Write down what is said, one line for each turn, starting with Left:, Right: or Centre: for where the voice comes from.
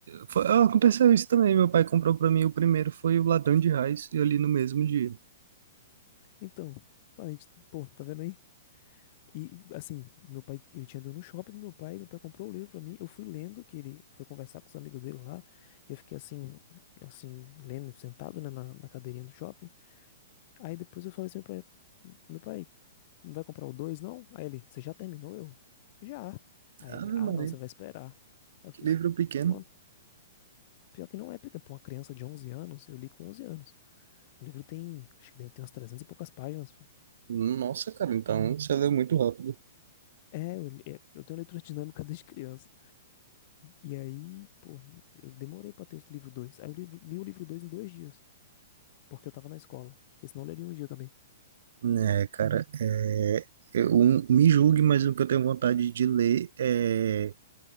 Right: foi, ah, aconteceu isso também. Meu pai comprou pra mim o primeiro, foi o Ladrão de Raios, e eu li no mesmo dia.
Left: Então, a gente, pô, tá vendo aí? E assim, meu pai, eu tinha ido no shopping com meu pai, meu pai comprou o livro pra mim, eu fui lendo, que ele foi conversar com os amigos dele lá, e eu fiquei assim, assim, lendo, sentado, né, na, na cadeirinha do shopping. Aí depois eu falei assim, meu pai, meu pai, Não vai comprar o 2 não? Aí ele, você já terminou? Eu, já. Aí
Right: Ah,
Left: ele,
Right: Maria.
Left: ah, não, você vai esperar. Aí eu
Right: Que
Left: fiz,
Right: livro pequeno.
Left: pô, pior que não é, porque pra uma criança de 11 anos, eu li com 11 anos. O livro tem, acho que deve ter umas 300 e poucas páginas, pô.
Right: Nossa, cara, então você leu muito rápido.
Left: É, eu, li- é, eu tenho leitura dinâmica <laughs> desde criança. E aí, pô, eu demorei pra ter o livro dois Aí eu livro- li o livro 2 em dois dias, porque eu tava na escola. Porque senão eu leria um dia também.
Right: É, cara, é, eu, um- me julgue, mas o que eu tenho vontade de ler é